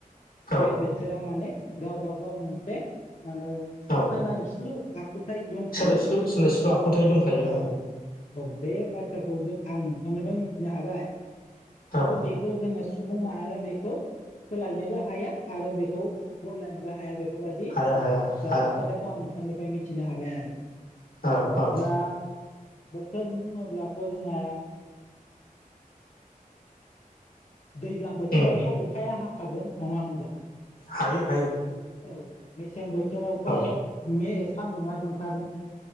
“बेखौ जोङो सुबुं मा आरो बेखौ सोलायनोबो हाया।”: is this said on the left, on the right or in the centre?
Left